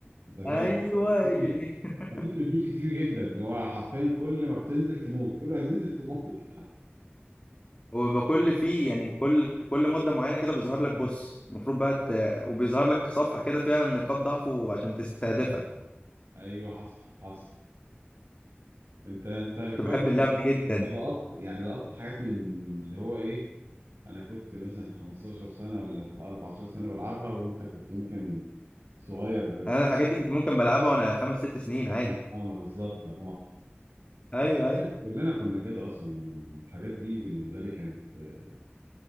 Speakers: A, on the right; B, on the left.
A: انت فاهم
B: ايوه
A: <laughs> وكتلة
B: هي دي <laughs>
A: وكتلة دود كتير جدا اللي هو حرفيا كل ما بتنزل تموت كل ما تنزل تموت
B: وبيبقى كل فيه يعني كل كل مده معينه كده بيظهر لك بص المفروض بقى ت... وبيظهر لك صفحه كده فيها نقاط ضعفه عشان تستهدفها
A: <laughs> ايوه حصل حصل انت انت
B: كنت
A: كويس
B: بحب اللعبه دي جدا
A: انت لقطت يعني لقطت حاجات من اللي هو ايه انا كنت مثلا 15 سنة ولا 14 سنة بلعبها وانت كنت ممكن صغير
B: انا الحاجات دي كنت ممكن بلعبها وانا خمس ست سنين عادي
A: اه ما بالظبط اه
B: ايوه
A: اه كلنا كلنا كنا كده اصلا الحاجات دي بالنسبه لي كانت آه،